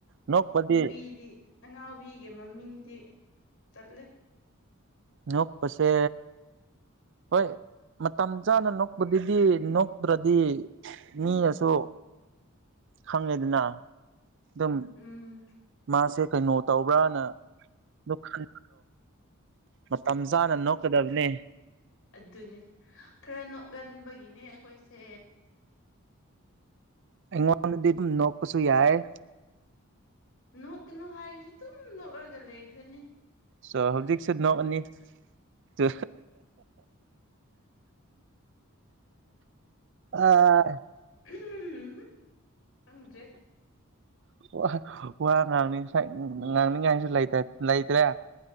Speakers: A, on the right; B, on the left.
A: ꯅꯣꯛꯄꯗꯤ
B: ꯀꯤꯗꯤ ꯑꯉꯥꯎꯕꯤꯒꯤ ꯃꯃꯤꯡꯗꯤ ꯇꯜꯂꯦ
A: ꯅꫭꯛꯄꯁꯦ ꯍꯣꯏ ꯃꯇꯝ ꯆꯥꯅ ꯅꯣꯛꯄꯗꯨꯗꯤ ꯅꯣꯛꯇ꯭ꯔꯗꯤ ꯃꯤꯅꯁꯨ ꯈꯪꯉꯦꯗꯅ ꯗꯨꯝ
B: ꯎꯝ
A: ꯃꯥꯁꯦ ꯀꯩꯅꯣ ꯇꯧꯕ꯭ꯔꯅ ꯗꯨꯝꯈꯪ ꯃꯇꯝ ꯆꯥꯅ ꯅꯣꯛꯀꯗꯕꯅꯦ
B: ꯑꯗꯨꯅꯦ ꯈꯔ ꯅꯣꯛꯒꯟꯕꯒꯤꯅꯦ ꯑꯈꯣꯏꯁꯦ
A: ꯑꯩꯉꯣꯟꯗꯗꯤ ꯑꯗꯨꯝ ꯅꯣꯛꯄꯁꯨ ꯌꯥꯏꯌꯦ
B: ꯅꯣꯛꯀꯅꯨ ꯍꯥꯏꯔꯁꯨ ꯑꯗꯨꯝ ꯅꯣꯛꯂꯒ ꯂꯩꯈ꯭ꯔꯅꯤ
A: ꯁꯣ ꯍꯧꯖꯤꯛꯁꯨ ꯅꯣꯛꯑꯅꯤ ꯇꯨ ꯑꯥ
B: ꯎꯝ ꯈꯪꯗ꯭ꯔꯦ
A: ꯋꯥ ꯋꯥ ꯉꯥꯡꯅꯤꯡꯁꯥꯏ ꯉꯥꯡꯅꯤꯡꯉꯥꯏꯁꯨ ꯂꯩꯔꯇ ꯂꯩꯇ꯭ꯔꯦ